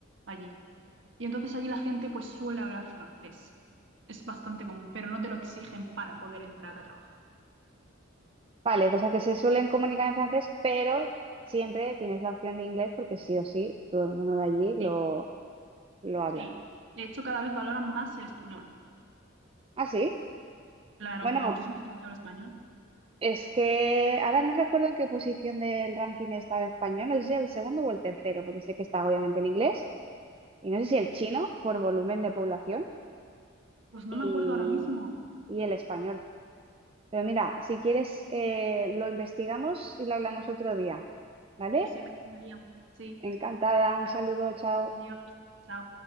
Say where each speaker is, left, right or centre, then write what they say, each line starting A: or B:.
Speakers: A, on the right; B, on the right.
A: allí. Y entonces allí la gente pues suele hablar francés. Es bastante común, pero no te lo exigen para poder entrar a trabajar.
B: Vale, o sea que se suelen comunicar en francés, pero siempre tienes la opción de inglés porque sí o sí, todo el mundo de allí
A: Sí,
B: lo, lo habla.
A: sí. De hecho, cada vez valoran más el español.
B: ¿Ah, sí?
A: Claro,
B: Bueno,
A: porque muchísima gente habla español.
B: es que ahora no recuerdo en qué posición del ranking está el español, no sé si el segundo o el tercero, porque sé que está obviamente el inglés, y no sé si
A: Sí.
B: el chino por volumen de población
A: Pues no
B: y,
A: me acuerdo ahora mismo.
B: y el español. Pero mira, si quieres, eh, lo investigamos y lo hablamos otro día,
A: Sí.
B: ¿vale?
A: Pues sí, me gustaría. Sí.
B: Encantada, un saludo, chao.
A: Adiós. Chao.